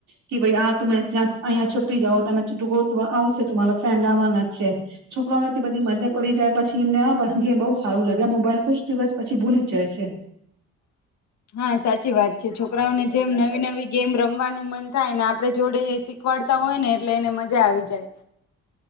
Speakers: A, on the right (about 70°); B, on the left (about 65°).
A: કે ભાઈ આ તુમે ત્યાં અહીંયા છૂપી જાવ તમે ડૂગો ત આવશે ત મારા ફ્રેન્ડ આવવાના જ છે છોકરાઓ નેથી બધી મજા પડી જાય પછી એમને બઉુ સારું લાગે મોબાઈલ. કુછ દિવસ પછી ભૂલી જ જાય છે.
B: હા સાચી વાત છે. છોકરાઓને જેમ નવી-નવી ગેમ રમવાનું મન થાય, ને આપડે જોડે શીખવાડતા હોય ને એટલે એને મજા આવી જાય.